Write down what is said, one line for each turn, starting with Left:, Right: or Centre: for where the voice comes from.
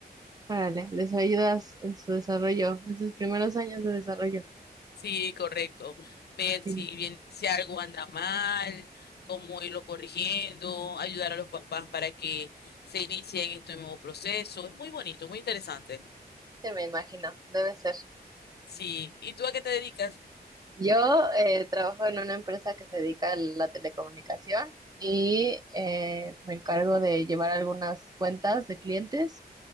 Right: Órale, les ayudas en su desarrollo, en sus primeros años de desarrollo.
Left: Sí, correcto. Ver
Right: Sí,
Left: si bien, si algo anda mal, cómo irlo corrigiendo, ayudar a los papás para que se inicien este nuevo proceso. Es muy bonito, muy interesante.
Right: me imagino, debe ser.
Left: Sí. ¿Y tú a qué te dedicas?
Right: Yo eh, trabajo en una empresa que se dedica a la telecomunicación y eh, me encargo de llevar algunas cuentas de clientes.